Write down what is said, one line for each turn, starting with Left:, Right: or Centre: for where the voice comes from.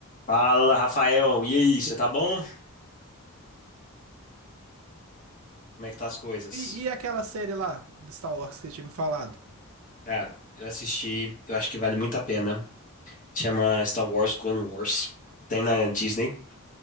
Left: Fala, Rafael. E aí, você tá bom? Como é que tá as coisas?
Right: E, e aquela série lá, de Star Wars, que você tinha me falado?
Left: Cara, eu assisti, eu acho que vale muito a pena. Chama Star Wars Clone Wars. Tem na Disney.